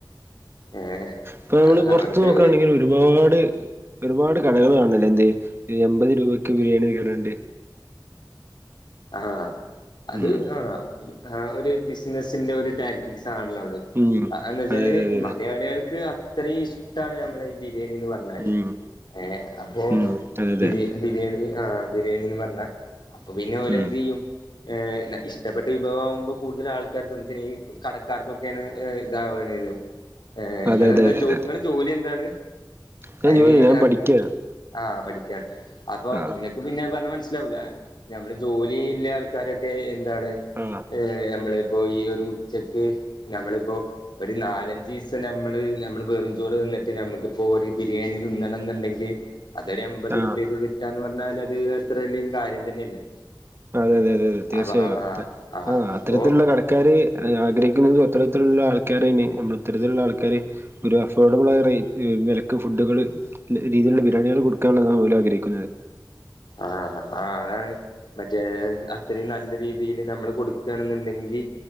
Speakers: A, on the left; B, on the right.
A: ഏഹ്.
B: പ്പ മ്മള് പൊർത്ത്
A: അവിടുത്തെ
B: നോക്കാണെങ്കിൽ
A: ഒരു
B: രുപാട് ഒരുപാട് കടകൾ കാണല്ലേ എന്തെ എമ്പത് രൂപക്ക് ബിരിയാണി നൽക്ണണ്ട്.
A: ആഹ് അത്
B: ഉം
A: ആഹ് ആ ഒര് ബിസിനസിന്റെ ഒരു ടാക്ടിക്സ് ആണല്ലോ അത്.
B: ഉം
A: കാരണന്തെയ്ച്ചാല്
B: അതെ അതെ അതെ
A: മലയാള്യൾക്ക്
B: അതെ
A: അത്രി ഇഷ്ടാണ് ഞമ്മള ഈ ബിരിയാണിന്ന് പർ- ന്നാല്
B: ഉം
A: ഏഹ് അപ്പോ
B: ഉം അതെ അതെ
A: ബിരി ബിര്യണി ആഹ്. ബിര്യണിന്ന് പർഞ്ഞ അപ്പ പിന്നെ ഓലെന്തെയ്യും.
B: ഉം
A: ഏ ല്ല ഇഷ്ടപ്പെട്ട വിഭവംമാവുമ്പൊ കൂടുതൽ ആൾക്കാർ നമക്ക് കടക്കാർക്കൊക്കെണ് ഏ ഇതവണ ന്നു. ഏന്
B: അതെ
A: ങ്ങളെന്താ
B: അതെ അതെ
A: ജോ
B: അതെ അതെ
A: ങ്ങള് ജോലി എന്താണ്
B: ഞാൻ
A: ഐ
B: ജോലി
A: മീൻ.
B: ഞാൻ പഠിക്കാണ്
A: ആഹ് പഠിക്കണ് അപ്പൊ
B: ആഹ്
A: നിങ്ങക്ക് പിന്നെ പറഞ്ഞാ മൻസ്സിലാവൂല നമ്മള് ജോലി ഇല്ലാത്- കാര്യൊക്കെ എന്താണ്?
B: ന്ന.
A: ഏ നമ്മളിപ്പോ ഈ ഒരു ഉച്ചക്ക് ഞമ്മളിപ്പോ. ഒര് നാലഞ്ചീസം ഞമ്മള് ഞമ്മള് ബെറുംചോറ് തിന്ന്ട്ട് നമ്മുക്കിപ്പോ ഒര് ബിരിയാണി തിന്നണംന്ന്ണ്ടെങ്കി അതൊരു എമ്പത്റുപ്യക്ക്
B: ആഹ്
A: കിട്ടാന്ന് പറഞ്ഞാലത് എത്ര വെല്യ കാര്യം തന്നെയല്ലേ.
B: അതെ
A: ഏഹ്
B: അതെ അതെ അതെ തീർച്ചയായും
A: അപ്പൊ ആഹ്
B: അതെ ആഹ് അത്തരത്തിലുള്ള
A: അപ്പൊ
B: കടക്കാര് ആഗ്രഹിക്ക്ന്നത് ഒത്താെരത്തിലുള്ള ആൾക്കാരേനീ നമ്മൾ ഇത്തരത്തില്ള്ള ആൾക്കാര് ഒരു അഫോർഡബിളായ റേറ്റ് വെലക്ക് ഫുഡുകള്. ല രീതിയിലുള്ള ബിരിയാണ്യൾ കൊട്ക്കാനുള്ളതാണ് ഓല് ആഗ്രഹിക്കുന്നത്.
A: ആഹ് ആഹ് അതാണ്. മറ്റേ അത്രം നല്ല രീതില് നമ്മള് കൊടുക്കണെന്നുണ്ടെങ്കി